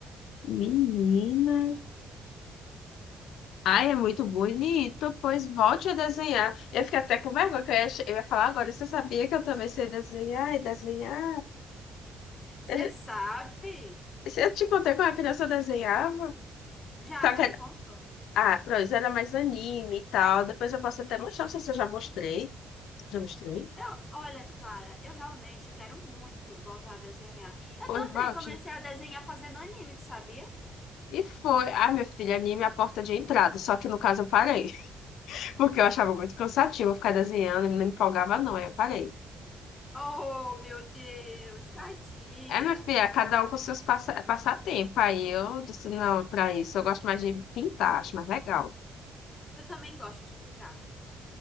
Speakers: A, on the left; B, on the left.
A: Menina. Ai, é muito bonito. Pois volte a desenhar. Eu fiquei até com vergonha, que eu ia, che- eu ia falar agora. Você sabia que eu também sei desenhar e desenhar?
B: Você
A: Eu,
B: sabe?
A: eu te contei como a criança eu desenhava.
B: Já,
A: Só
B: já
A: que,
B: me
A: era-
B: contou.
A: ah, pronto, era mais anime e tal. Depois eu posso até mostrar, não sei se eu já mostrei. Já mostrei?
B: Eu, olha, Clara, eu realmente quero muito voltar a desenhar. Eu
A: Pois
B: também
A: volte.
B: comecei a desenhar fazendo anime, tu sabia?
A: E foi. Ai, meu filho, anime é a porta de entrada. Só que no caso eu parei. Porque eu achava muito cansativo ficar desenhando, e não me empolgava, não. Aí eu parei.
B: Oh, meu Deus, tadinha.
A: É, minha filha, cada um com seus passa passatempo. Aí eu disse, não, pra isso, eu gosto mais de pintar, acho mais legal.
B: Eu também gosto de pintar.